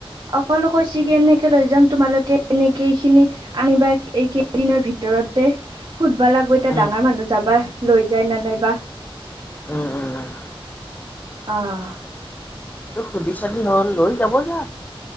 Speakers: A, on the right; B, on the left.
A: অকলোক বেছিক এনেকে লৈ যাম তোমালোকে এনেকে খিনি আনিবা এই কেইদিনৰ ভিতৰতে। সুধব লাগিব এতিয়া
B: উম
A: ডাঙৰ মানুহ যাবা লৈ যায় ন নাইবা
B: উম উম উম
A: আহ
B: সুধি চাধি হল লৈ যাব যা।